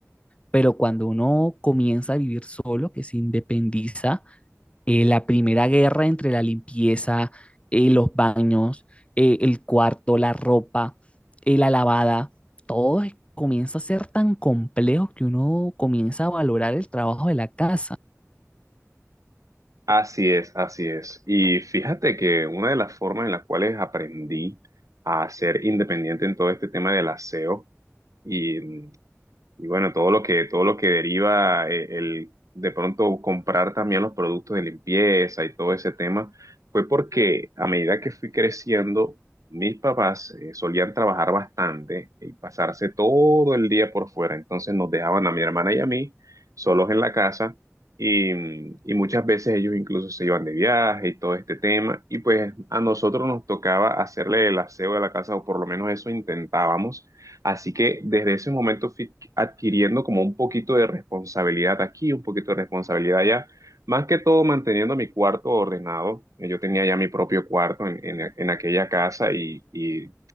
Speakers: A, on the left; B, on the right.
A: pero cuando uno comienza a vivir solo, que se independiza, eh, la primera guerra entre la limpieza, eh, los baños, eh, el cuarto, la ropa, eh, la lavada, todo es- comienza a ser tan complejo que uno comienza a valorar el trabajo de la casa.
B: Así es, así es. Y fíjate que una de las formas en las cuales aprendí a ser independiente en todo este tema del aseo y y bueno, todo lo que, todo lo que deriva eh, el de pronto comprar también los productos de limpieza y todo ese tema, fue porque a medida que fui creciendo, mis papás eh, solían trabajar bastante y pasarse todo el día por fuera. Entonces nos dejaban a mi hermana y a mí solos en la casa y, mm, y muchas veces ellos incluso se iban de viaje y todo este tema. Y pues a nosotros nos tocaba hacerle el aseo de la casa o por lo menos eso intentábamos. Así que desde ese momento fui adquiriendo como un poquito de responsabilidad aquí, un poquito de responsabilidad allá. Más que todo manteniendo mi cuarto ordenado. Eh, Yo tenía ya mi propio cuarto en, en- en aquella casa y, y